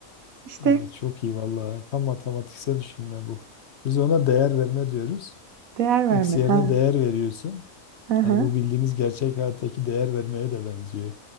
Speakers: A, on the right; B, on the left.
A: İşte
B: Evet çok iyi vallahi. Tam matematiksel düşünme bu. Biz ona değer verme diyoruz.
A: değer verme.
B: X yerine
A: Ha
B: değer veriyorsun.
A: ha
B: Hani
A: ha
B: bu bildiğimiz gerçek hayattaki değer vermeye de benziyor.